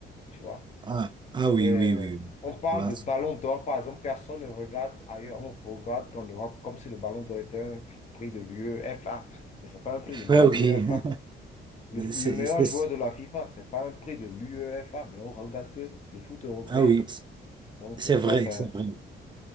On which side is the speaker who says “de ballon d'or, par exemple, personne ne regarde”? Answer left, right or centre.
Left